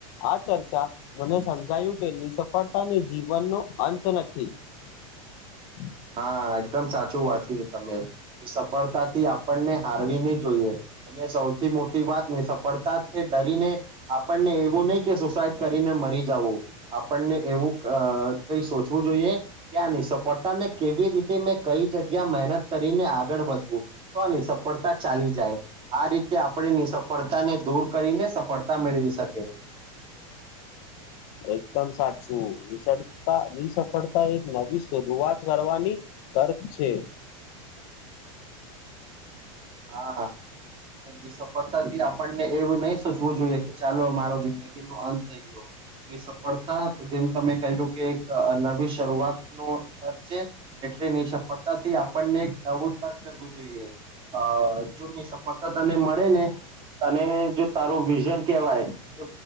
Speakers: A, on the left (about 55°); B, on the right (about 30°).
A: આ ચર્ચા મને સમજાયું કે નિ સફળતાને જીવનનોો અંત નથી. હમ.
B: હા એકદમ સાચું વાત છે તમે સફળતા થી આપણને હારવી નહી જોઈએ. અને સૌથી મોટી વાત ને સફળતાથી ડરીને આપણને એવું નહી કે સુસાઈડ કરીને. મ જ આપને એવું કઈ સોચવું જોઈએ કે ન સફળતા ને. કેવી રીતે મેં કઈ જગ્યા મહેનત કરીને આગળ વધવું તો આની સફળતા ચાલી જાય. આ રીતે આપણેની સફળતા ને દૂર કરીને સફળતા મેળવી શકે.
A: <inaudible> એકદમ સાચુંતા સફળતા એક નવી શરૂઆત કરવાની. તર્ક છે.
B: હા. એ સફળતા થી આપણને એવું નહી સચવું જોઈએ કે ચાલો મારો જિંદગી નો અંત થઈ ગયો. સફળતા જેમ તમે કહ્યું કે એક નવી શરૂઆત ન છે. એટની સફળતાથી આપણને નવું તર્ક કરવું જોઈએ. અ જોની સફળતા તને મળે ને. તને જો તારું વિઝન કહેવાય એ